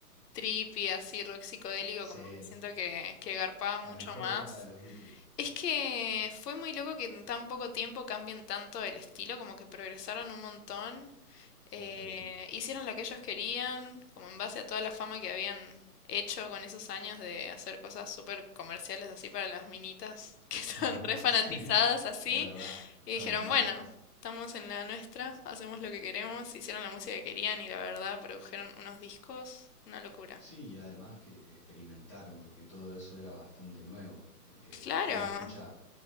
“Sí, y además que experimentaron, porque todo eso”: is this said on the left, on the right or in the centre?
Right